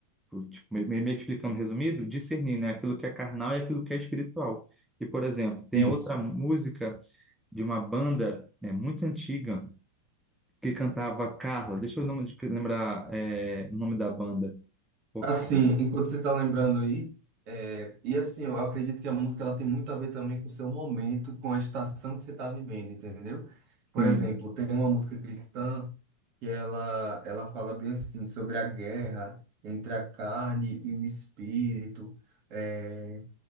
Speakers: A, in the centre; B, on the right.
A: tipo, me- meio que explicando resumido, discernir, né, aquilo que é carnal e aquilo que é espiritual. E, por exemplo, tem
B: isso.
A: outra música de uma banda, né, muito antiga que cantava Carla. Deixa eu lem- lembrar, é, o nome da banda. Pô,
B: Assim,
A: Carla.
B: enquanto você está lembrando aí, é, e assim, eu acredito que a música ela tem muito a ver também com o seu momento, com a estação que você está vivendo, entendeu?
A: Sim,
B: Por exemplo, tem uma música cristã que ela, ela fala bem assim sobre a guerra entre a carne e o espírito, é,